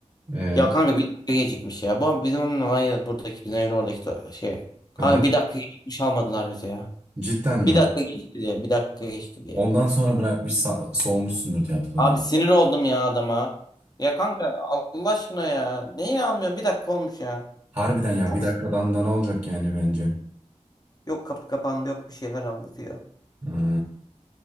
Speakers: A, on the right; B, on the left.
A: Ee,
B: Ya kanka bir dakika gecikmiş ya. Bu bizim evin olay ya buradaki bizim evin oradaki to- şey. Kanka
A: aha.
B: bir dakika gecikmiş almadılar bizi ya.
A: Cidden mi?
B: Bir dakika geçti diye. Bir dakika geçti diye.
A: Ondan sonra bırakmış sa- soğumuşsundur tiyatrodan.
B: Abi sinir oldum ya adama. Ya kanka Allah aşkına ya. Neyi almıyorum? Bir dakika olmuş ya.
A: Harbiden ya
B: Çok
A: bir dakikadan
B: s-
A: da ne olacak yani bence.
B: yok kapı kapandı yok bir şeyler anlatıyor.
A: Ha,